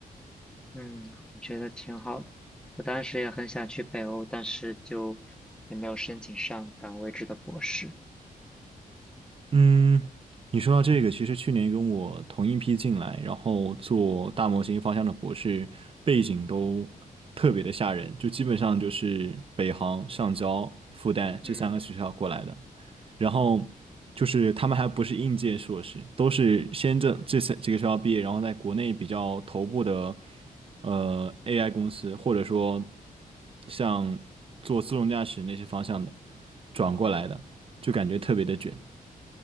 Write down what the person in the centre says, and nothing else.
嗯，我觉得挺好的。我当时也很想去北欧，但是就也没有申请上岗位制的博士。
嗯